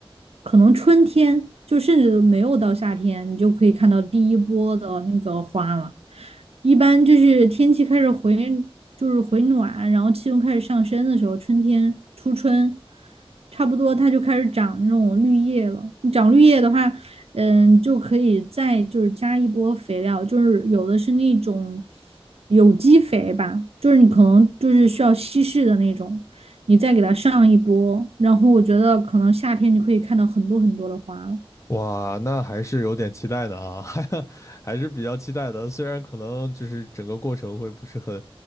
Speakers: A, on the right; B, on the left.
A: 可能春天就甚至都没有到夏天，你就可以看到第一波的那个花了。一般就是天气开始回，就是回暖，然后气温开始上升的时候，春天初春，差不多它就开始长那种绿叶了。长绿叶的话，嗯，就可以再就是加一波肥料，就是有的是那种有机肥吧，就是你可能就是需要稀释的那种，你再给它上一波，然后我觉得可能夏天就可以看到很多很多的花了。
B: 哇，那还是有点期待的啊，<laughs> 还还是比较期待的。虽然可能就是整个过程会不是很，